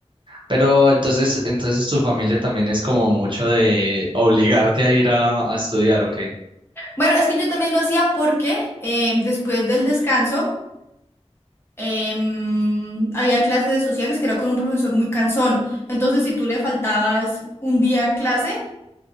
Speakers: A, on the right (about 45°); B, on the left (about 20°).
A: Pero entonces, entonces tu familia también es como mucho de obligarte a ir a, a estudiar, ¿ok?
B: Bueno, es que yo también lo hacía porque eh, después del descanso em, había clases de sociales que era con un profesor muy cansón. Entonces, si tú le faltabas un día a clase,